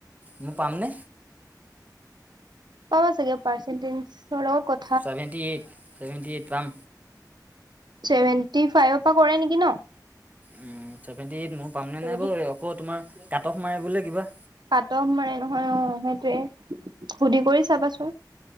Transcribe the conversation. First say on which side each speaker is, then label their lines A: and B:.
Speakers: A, on the right; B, on the right.
A: মই পাম নে?
B: পাবা চাগে পাৰ্চেণ্টিচৰ লগত ক
A: ছেভেণ্টি এইট ছেভেণ্টি এইট পাম।
B: ছেভেণ্টি ফাইভ পা কৰে নেকি ন।
A: উম চেভেণ্টি এইট মোৰ পামনে
B: চেভেন্টি
A: নাই বও আকৌ তোমাৰ কাটফ মাৰে বোলে কিবা।
B: কাটফ মাৰে নহয় অ সেইটোৱে সুধি কৰি চাবাচোন।